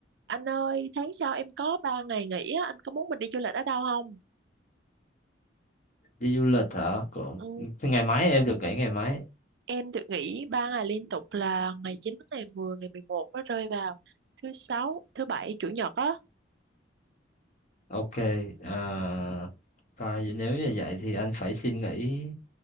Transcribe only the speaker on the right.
Anh ơi, tháng sau em có 3 ngày nghỉ á, anh có muốn mình đi du lịch ở đâu không?
Ừ,
em được nghỉ 3 ngày liên tục là ngày 9, ngày 10, ngày mười một nó rơi vào thứ sáu, thứ bảy, chủ nhật á.